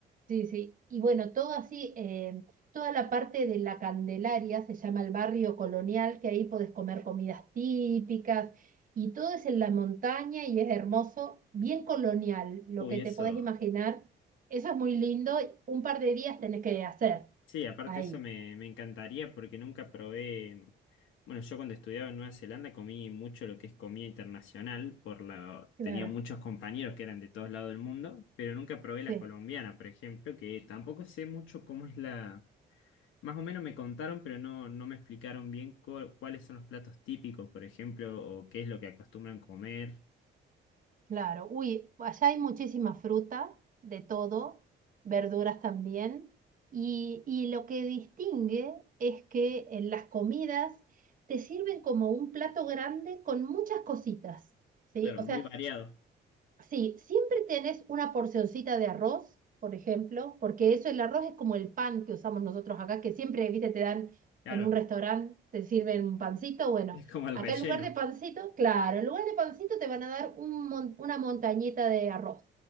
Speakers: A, on the right (about 45°); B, on the left (about 85°).
A: Sí, sí. Y bueno, todo así, eh, toda la parte de la Candelaria se llama el barrio colonial, que ahí podés comer comidas típicas y todo es en la montaña y es hermoso, bien colonial, lo
B: Uy,
A: que te
B: eso.
A: podés imaginar. Eso es muy lindo. Un par de días tenés que hacer
B: Sí, aparte
A: ahí.
B: eso me, me encantaría porque nunca probé, bueno, yo cuando estudiaba en Nueva Zelanda comí mucho lo que es comida internacional, por la,
A: Claro,
B: tenía muchos compañeros que eran de todos lados del mundo, pero nunca probé la
A: sí.
B: colombiana, por ejemplo, que tampoco sé mucho cómo es la, más o menos me contaron, pero no, no me explicaron bien cu- cuáles son los platos típicos, por ejemplo, o qué es lo que acostumbran comer.
A: Claro, uy, allá hay muchísima fruta, de todo, verduras también, y, y lo que distingue es que en las comidas te sirven como un plato grande con muchas cositas, ¿sí?
B: Claro,
A: O
B: muy
A: sea,
B: variado,
A: Sí, siempre tenés una porcioncita de arroz, por ejemplo, porque eso, el arroz es como el pan que usamos nosotros acá, que siempre, viste, te dan
B: claro,
A: en un restaurante, te sirven un pancito. Bueno,
B: es como el
A: acá
B: relleno.
A: en lugar de pancito, claro, en lugar de pancito te van a dar un mon- una montañita de arroz,